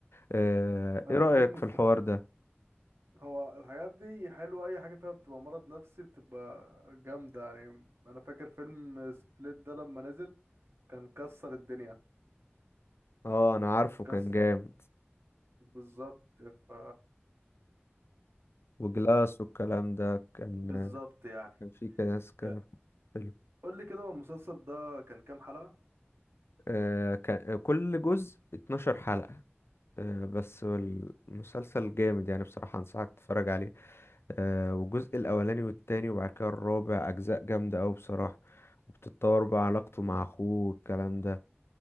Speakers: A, on the left (about 70°); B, on the right (about 75°).
A: آه،
B: انا
A: ايه رأيك
B: في مست...
A: في الحوار ده
B: هو الحاجات دي حلوه اي حاجه فيها بتبقى مرض نفسي بتبقى جامده يعني انا فاكر فيلم سبليت ده لما نزل كان كسر الدنيا
A: اه انا عارفه
B: كان كسر
A: كان جامد
B: بالظبط ف
A: وجلاس والكلام ده كان
B: بالظبط يعني
A: كان في كاس كان
B: أه،
A: حلو
B: قول لي كده هو المسلسل ده كان كام حلقه
A: آه، كان كل جزء 12 حلقة آه، بس هو المسلسل جامد يعني بصراحة أنصحك تتفرج عليه آه، والجزء الأولاني والتاني وبعد كده الرابع أجزاء جامدة أوي بصراحة وبتتطور بقى علاقته مع أخوه والكلام ده